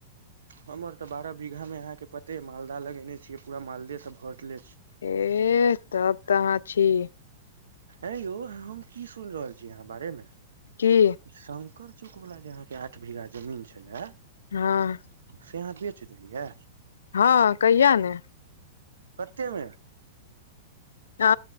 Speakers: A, on the right; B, on the left.
A: हमर तऽ बारह बीघा मे अहाँके पते मालदाह लगेने छियै पूरा मालदेसँ भरले छै
B: एह तब तऽहाँ छी
A: ऐ यौ हम की सुन रहल छी अहाँ के बारेमे
B: की
A: शंकर चौक वाला जे अहा के आठ भीघा जमीन छले
B: हँ
A: से अहाँ बेच देलियै
B: हँ कहिया नै
A: कतेमे
B: अ